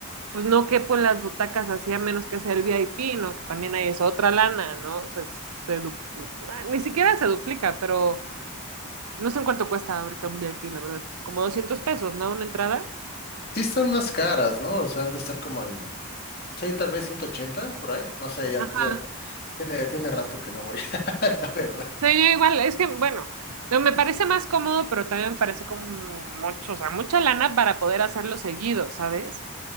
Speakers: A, on the right; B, on the left.
A: pues no quepo en las butacas así a menos que sea el VIP, ¿no? Que también hay es otra lana, ¿no? O sea, se du- ni siquiera se duplica, pero no sé en cuánto cuesta ahorita un VIP, la verdad. Como 200 pesos, ¿no? Una entrada.
B: Sí están más caras, ¿no? O sea, han de estar como en, sí, tal vez 180 por ahí. No sé, ya,
A: Ajá.
B: ya tiene, tiene rato que no voy, <laughs> la verdad.
A: Sí, yo igual, es que, bueno, no, me parece más cómodo, pero también me parece como mucho, o sea, mucha lana para poder hacerlo seguido, ¿sabes?